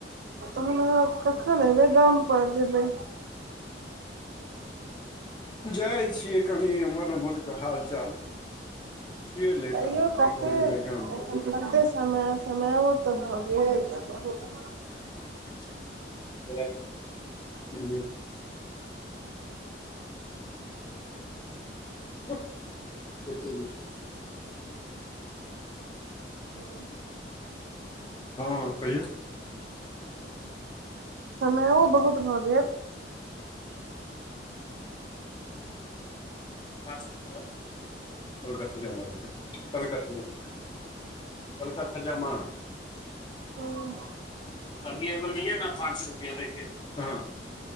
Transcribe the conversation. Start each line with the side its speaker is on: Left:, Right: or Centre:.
Right: तहन अहाँ कखन एबै गामपर जेबै
Left: जाइ छीये। कनि एमहर उमहरके हाल चाल छियै लेत
Right: तैयो
Left: अहाँके
Right: कते
Left: फेर जेबै गाम तक
Right: कते समय समय तऽ भऽ गेल बहुत
Left: <inaudible> <inaudible>
Right: ओ
Left: हँ कहियौ?
Right: समयो बहुत भ गेल।
Left: पाँच मिन कलकथा जमा दै कलकथा जमा कलका खजामा
Right: गेल
Left: <unintelligible>